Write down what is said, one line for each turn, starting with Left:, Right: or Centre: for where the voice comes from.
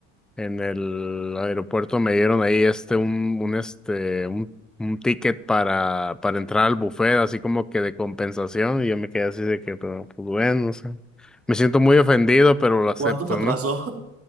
Centre: en el aeropuerto me dieron ahí este un, un este un, un ticket para, para entrar al buffet, así como que de compensación, y yo me quedé así de que, pero, pues bueno, o sea, me siento muy ofendido, pero lo acepto,
Right: ¿Cuánto te atrasó?
Centre: ¿no?